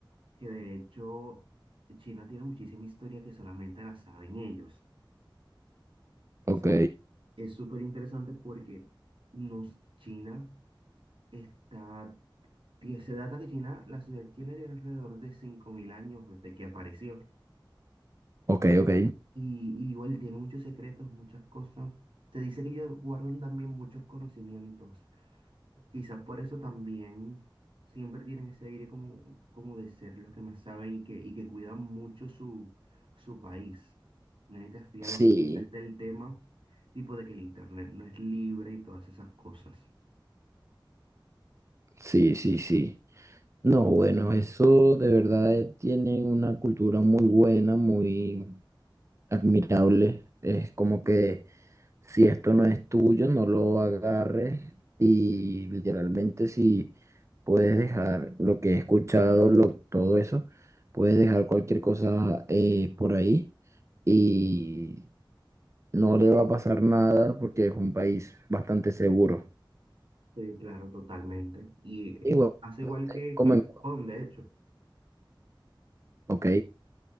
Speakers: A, on the right (about 85°); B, on the right (about 35°).
A: que de hecho China tiene muchísima historia que solamente la saben ellos.
B: Ok,
A: O sea, es súper interesante porque nos, China está Tie- Se data que China, la sociedad china tiene alrededor de 5.000 años desde que apareció.
B: ok, ok.
A: Y, y igual tiene muchos secretos, muchas cosas. Se dice que ellos guardan también muchos conocimientos. Quizás por eso también siempre tienen ese aire como, como de ser los que más saben y que, y que cuidan mucho su, su país. No sé si te has fijado
B: Sí,
A: que siempre está el tema, tipo de que el internet no es libre y todas esas cosas.
B: sí, sí, sí. No, bueno, eso de verdad eh, tiene una cultura muy buena, muy admirable. Es como que si esto no es tuyo, no lo agarres y literalmente si puedes dejar lo que he escuchado, lo, todo eso, puedes dejar cualquier cosa eh, por ahí y no le va a pasar nada porque es un país bastante seguro.
A: Sí, claro, totalmente. Y eh,
B: Igual,
A: hace igual que,
B: como
A: que en
B: en...
A: Japón, de hecho.
B: Ok.